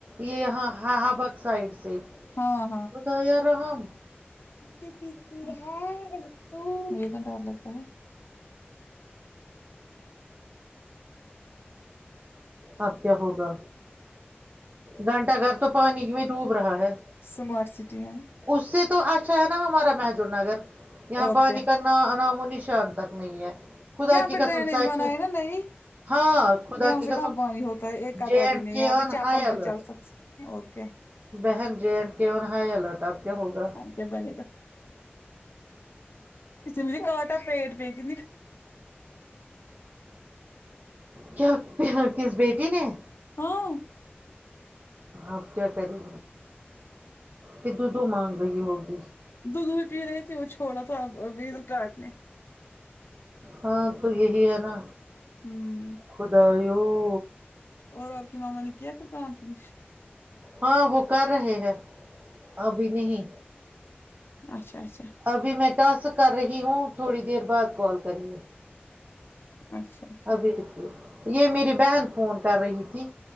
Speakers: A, on the right; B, on the left.
A: یہ یہاں ہہابک سائڈ سے
B: ہاں
A: بتا یارو ہم
B: یہ پیتی ہے دودھ مجھے تو ڈر لگتا ہے
A: اب کیا ہوگا گھنٹہ گھر تو پانی میں ڈوب رہا ہے
B: سمارٹ سٹی ہے
A: اس سے تو اچھا ہے نا ہمارا محجور نگر یہاں
B: اور
A: پانی
B: کیا
A: کا نہ نام و نشان تک نہیں ہے خدا
B: یہاں
A: کی
B: پہ
A: قسم
B: ڈرینیج
A: سچ
B: بناائے
A: ہے۔
B: نا نئی
A: ہاں خدا
B: یہاں
A: کی
B: سے
A: قسم
B: کہاں پانی ہوتی ایک خطرا
A: جے اینڈ
B: بھی نہیں
A: کے
B: ہے
A: آن
B: پھر چاپل
A: ہائی الرٹ
B: بھی چل سک اور کیا
A: بہن جیٹ کے اور ہائی الرٹ اپ کے ہوگا
B: کے بنے گا سوجی کا اٹا پیٹ پے ک
A: کیا پہ یا کس بیٹی نے
B: ہاں
A: اپ کیا کریں کت تو مانگ رہی ہوگی
B: دودھ پی رہی تھی وہ چھوڑا تو اب ابھی ادھر کاٹنے
A: ہاں تو یہی ہے نا
B: ہوں
A: خداوں
B: اور اپ کی ماما نے کیا پھر کم فنش
A: ہاں وہ کر رہے ہیں ابھی نہیں
B: اچھا اچھا
A: ابھی میں ٹس کر رہی ہوں تھوڑی دیر بعد کال کرتی
B: اچھا اچھا
A: ابھی رٹک یہ میری بہن فون کر رہی تھی